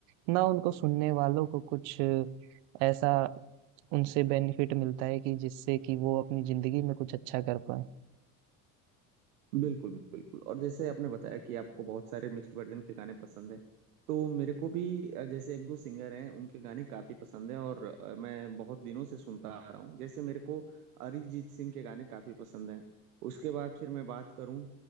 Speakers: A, on the right (about 65°); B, on the right (about 80°).
A: ना उनको सुनने वालों को कुछ ऐसा उनसे बेनिफिट मिलता है कि जिससे कि वो अपनी जिंदगी में कुछ अच्छा कर पाए
B: बिल्कुल बिल्कुल और जैसे आपने बताया कि आपको बहुत सारे मिक्स्ड वर्जन के गाने पसंद हैं तो मेरे को भी अ, जैसे एक दो सिंगर हैं उनके गाने काफी पसंद है और अ, मैं बहुत दिनों से सुनता आ रहा हूँ जैसे मेरे को अरिजीत सिंह के गाने काफी पसंद हैं उसके बाद फिर मैं बात करूँ